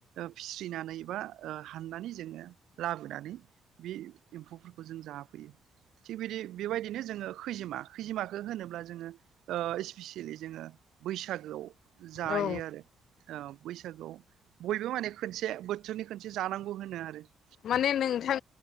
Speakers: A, on the right; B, on the left.
A: फिस्रिनानै बा हाननानै जोंङो लाबोनानै बे एम्फौफोरखौ जों जाफैयो । थिग बिदि बेबायदिनो जोंङो खैजिमा खैजिमाखौ होनोब्ला जोंङो ओ इसपिसियेलि जोंङो बैसागोआव जायो
B: औ
A: आरो ओ बै सागोआव बयबो माने खोनसे बोथोरनि खोनसे जानांगौ होनो आरो ।
B: माने नोंथां